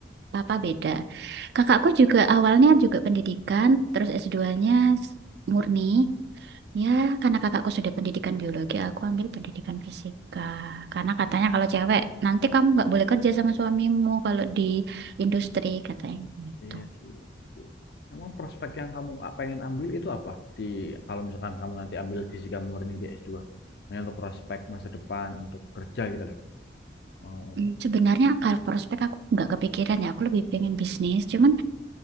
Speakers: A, on the right; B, on the left.
A: papa beda. Kakakku juga awalnya juga pendidikan, terus s 2 s- murni. Ya, karena kakakku sudah pendidikan biologi, aku ambil pendidikan fisika. Karena katanya kalau cewek, nanti kamu nggak boleh kerja sama suamimu kalau di industri, katanya gitu.
B: Iya sih. Tapi Emang prospek yang kamu a- pengen ambil itu apa? Di kalau misalkan kamu nanti ambil fisika murni di S2, Maksudnya untuk prospek masa depan, untuk kerja gitu lah. Mau
A: Hmm, Sebenarnya kalau prospek aku nggak kepikiran ya, aku lebih pengen bisnis. Cuman